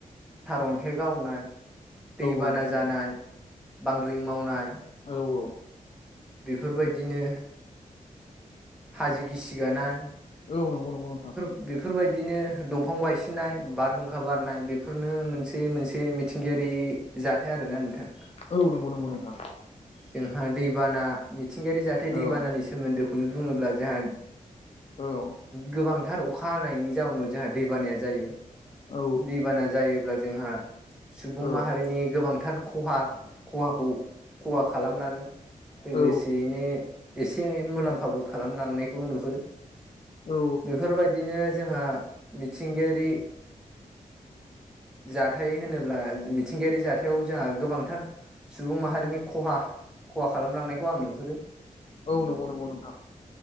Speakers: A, in the centre; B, on the left.
A: सारन्थाइ गावनाय दैबाना
B: औ नंगौ नंगौ
A: जानाय बांग्रि मावनाय
B: औ-औ
A: बेफोर बायदिनो हाजो गिसिगानाय
B: औ नोंगौ नोंगौ नोंथां
A: बेफोर बायदिनो दंफां बायसिननाय बारहुंखा बारनाय बेफोरनो मोनसे मोनसे मिथिंगायारि जाथाय आरोना नोंथां
B: औ नोंगौ नोंगौ नोंथां
A: जोंहा दैबाना मिथिंगायारि जाथाय दैबानानि
B: औ
A: सोमोन्दोखौनो बुङोब्ला जोंहा
B: औ
A: गोबांथार अखा हानायनि जाउनाव जोंहा दैबानाया जायो
B: औ
A: दैबाना जायो अब्ला जोंहा सुबुं
B: औ
A: माहारिनि गोबांथार खहा खहाखौ खहा खालामलांङो लोगोसेयैनो
B: औ
A: एसे मुलाम्फाबो खालामलांनायखौ नुहुरो
B: औ
A: बेफोरबायदि बिदिनो जोंहा मिथिंगायारि जाथाय होनो अब्ला मिथिंगायारि जाथायाव जोंहा गोबांथार सुबुं माहारिनि खहा खहा खालाम लांनायखौ आं नुहोरो
B: औ नोंगौ नोंगौ नोंथां